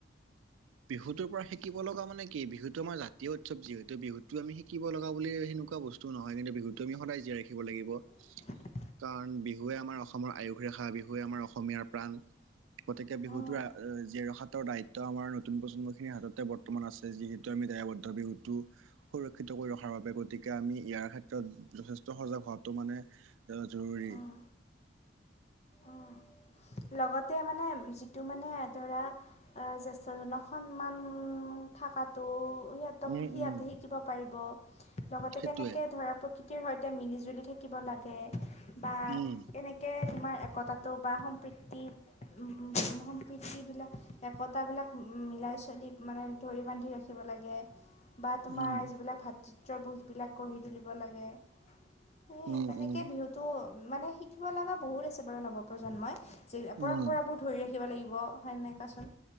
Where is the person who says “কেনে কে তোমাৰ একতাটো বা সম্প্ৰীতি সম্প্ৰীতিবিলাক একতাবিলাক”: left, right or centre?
Left